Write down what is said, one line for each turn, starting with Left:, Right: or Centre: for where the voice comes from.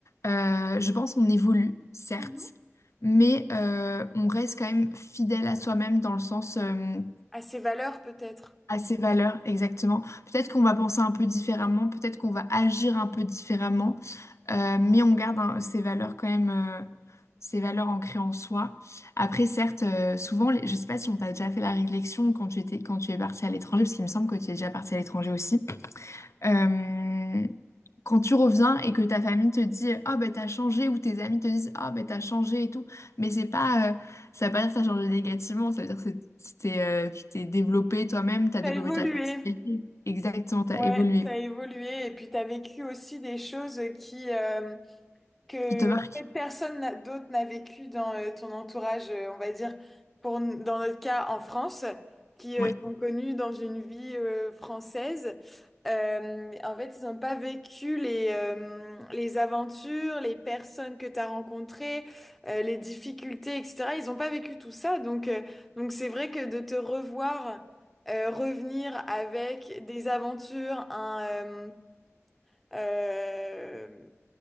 Left: Euh, je pense qu'on évolue, certes,
Centre: Mhm.
Left: mais euh, on reste quand même fidèle à soi-même dans le sens... euh,
Centre: à ses valeurs peut-être?
Left: à ses valeurs, exactement. Peut-être qu'on va penser un peu différemment, peut-être qu'on va agir un peu différemment, euh, mais on garde hein, ses valeurs quand même, euh, ses valeurs ancrées en soi. Après, certes, euh, souvent, les- je sais pas si on t'a déjà fait la réflexion quand tu étais, quand tu es parti à l'étranger, parce qu'il me semble que tu es déjà parti à l'étranger aussi. Euh, quand tu reviens et que ta famille te dit ah ben t'as changé ou tes amis te disent ah ben t'as changé et tout mais c'est pas euh, ça veut pas dire que t'as changé négativement ça veut dire que c'est- tu t'es euh, tu t'es développé toi-même t'as
Centre: T'as
Left: développé
Centre: évolué.
Left: ta personnalité exactement t'as
Centre: Ouais,
Left: évolué
Centre: t'as évolué et puis t'as vécu aussi des choses qui, euh, que
Left: qui te marque
Centre: en fait, personne n'a- d'autre n'a vécu dans euh, ton entourage, euh, on va dire, pour, n- dans notre cas en France, qui
Left: ouais
Centre: euh, sont connus dans une vie euh, française. Euh, en fait, ils n'ont pas vécu les, euh, les aventures, les personnes que tu as rencontrées, euh, les difficultés, etc. Ils n'ont pas vécu tout ça. Donc, euh, donc c'est vrai que de te revoir, euh, revenir avec des aventures, un, euh, euh,